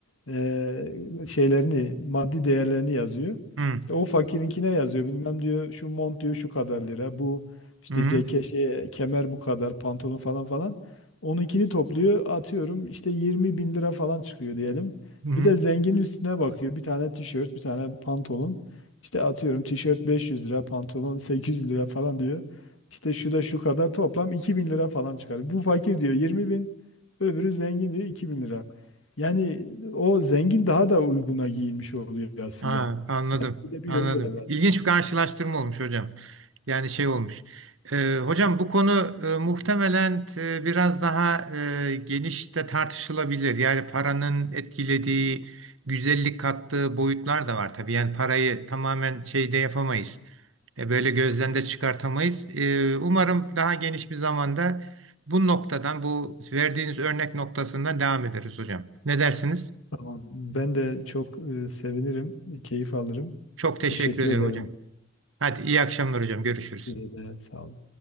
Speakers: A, on the left (about 70°); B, on the right (about 65°).
A: e, şeylerini, maddi değerlerini yazıyor.
B: hı.
A: İşte o fakirinkine yazıyor. Bilmem diyor şu mont diyor şu kadar lira. Bu işte
B: Hı hı.
A: ceket şey, kemer bu kadar, pantolon falan falan. Onunkini topluyor, atıyorum işte 20 bin lira falan çıkıyor diyelim.
B: Hı hı.
A: Bir de zengin üstüne bakıyor. Bir tane tişört, bir tane pantolon. İşte atıyorum tişört 500 lira, pantolon 800 lira falan diyor. İşte şu da şu kadar toplam iki bin lira falan çıkar. Bu fakir diyor 20 bin, öbürü zengin diyor iki bin lira. Yani o zengin daha da uyguna giyinmiş oluyor aslında.
B: Ha, anladım.
A: Bir de bir
B: Anladım.
A: yönü de var.
B: İlginç bir karşılaştırma olmuş hocam. Yani şey olmuş. Ee, hocam bu konu e, muhtemelen e, biraz daha e, geniş de tartışılabilir. Yani paranın etkilediği, güzellik kattığı boyutlar da var tabii. Yani parayı tamamen şeyde yapamayız. E, böyle gözden de çıkartamayız. E, umarım daha geniş bir zamanda bu noktadan, bu verdiğiniz örnek noktasından devam ederiz hocam. Ne dersiniz?
A: Tamam. Ben de çok e, sevinirim, keyif alırım.
B: Çok teşekkür
A: Teşekkür
B: ediyorum
A: ederim
B: hocam. Hadi iyi akşamlar hocam. Görüşürüz.
A: size de. Sağ olun.